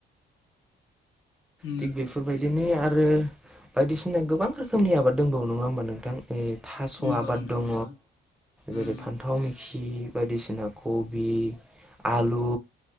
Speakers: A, on the left; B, in the centre.
A: नंगौ
B: थिग बेफोरबायायदि बिदिनो आरो बायदिसिना गोबां रोखोमनि आबाद दंबावो नङा होमबा नोंथां थास'
A: नंगौ
B: आबाद
A: नोंथां
B: दङ
A: नंगौ उम
B: जेरै फान्थाव मेखि बायदि सिना कबि आलु